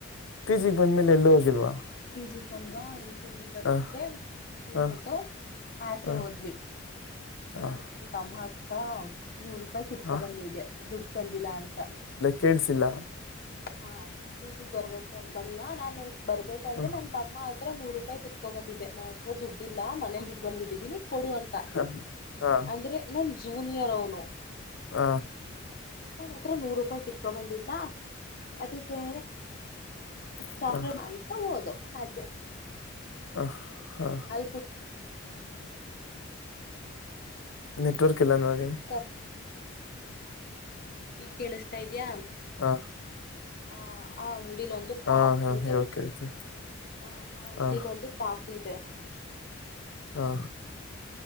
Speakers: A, on the left; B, on the left.
A: ಪಿ ಜಿ ಗೆ ಬಂದ್ಮೇಲೆ ಎಲ್ಲೂ ಹೋಗಿಲ್ವಾ.
B: ಪಿ ಜಿ ಗೆ ಬಂದ್ವಾ ಪಿ ಜಿ ಬಂದ್ಬಿಟ್ಟು
A: ಹ
B: ತಿನ್ಬಿಟ್ಟು
A: ಹ
B: ಆಚೆ
A: ಹ
B: ಹೋದ್ವಿ ನಾನು
A: ಹ
B: ತಮ್ಮ ಹತ್ರ ನೂರು ರೂಪಾಯಿ ಕಿತ್ಕೊ
A: ಹ
B: ಬಂದಿದೆ ದುಡ್ಡು ತಂದಿಲ್ಲಾ ಅಂತ.
A: ಕೇಳಸಿಲ್ಲ.
B: ಹಾ ಪಿ ಜಿ ಗ್ ಬರಬೇಕಂತ ಬನ್ನ ನಾನು ನನ್ ಬರಬೇಕಾದ್ರೆ
A: ಹ
B: ನನ್ ತಮ್ಮ ಹತ್ರ ನೂರು ರೂಪಾಯಿ ಕಿತ್ಕೊ ಬಂದಿದ್ದೆ ನನ್ ಹತ್ರ ದುಡ್ಡು ಇಲ್ಲ ಮನೇಲಿ ಬಿಟ್ ಬಂದ್ ಬಿಟ್ಟಿದ್ದೀನಿ ಕೊಡು ಅಂತ
A: ಹ ಹಾ
B: ಅಂದ್ರೆ ನನ್ ಜೂನಿಯರ್ ಅವನು.
A: ಹ
B: ಅವನ್ ಹತ್ರ ನೂರು ರೂಪಾಯಿ ಕಿತ್ಕೊ ಬಂದಿದ್ದನ್ನ ಅದಿಕ್ಕೆ
A: ಹ
B: ಚಾಕ್ಲೇಟ್ ಅಔತಾ ಹೋದು ಆಚೆ
A: ಹ ಹ
B: <unintelligible>
A: ನೆಟ್ವರ್ಕ್ ಇಲ್ಲ ನೋಡಿ.
B: <unintelligible> ಈಗ ಕೇಳಸ್ತಾ ಇದ್ಯಾ?
A: ಹಾ
B: ಹ ಆ ಅಂಗಡಿಲ್ ಒಂದು
A: ಹ
B: ಪಾಪು
A: ಹಾ
B: ಇದೆ
A: ಇವಾಗ ಕೇಳ್ತ
B: ಆ ಆ ಅಂಗಡಿಲ್
A: ಹ
B: ಒಂದು ಪಾಪು ಇದೆ.
A: ಹಾ